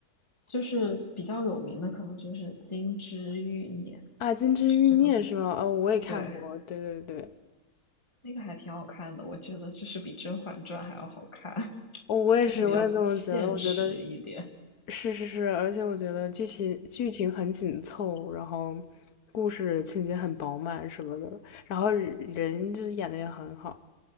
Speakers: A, on the left; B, on the left.
A: 就是比较有名的，可能就是《金枝欲孽》，
B: 啊，《金枝欲孽》是吗？
A: 是这个，
B: 哦，我也看过，
A: 对。
B: 对对对，
A: 那个还挺好看的，我觉得就是比《甄嬛传》还要好看，<laughs>
B: 哦，我也是，
A: 就是比较现实一点。
B: 我也这么觉得，我觉得。是是是，而且我觉得剧情剧情很紧凑，然后故事情节很饱满什么的，然后人就是演的也很好，